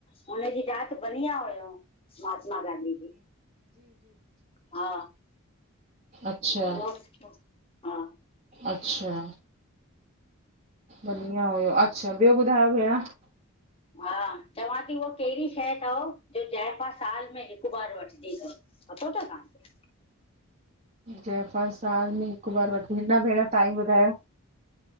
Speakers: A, on the left; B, on the right.
A: हुनजी जात बनिया हुयंव महात्मा गांधी जी। हा
B: अच्छा
A: ॿियो हा
B: अच्छा बढ़िया हुयो अच्छा ॿियो ॿुधायो भेण?
A: हा चवां थी उहा कहिड़ी शइ तव जो जाइफ़ां साल में हिकु बार वठदी तव? पतो तव तव्हां खे?
B: जाइफ़ा साल में हिकु बार वठंदी न भेण तव्हां ई ॿुधायो।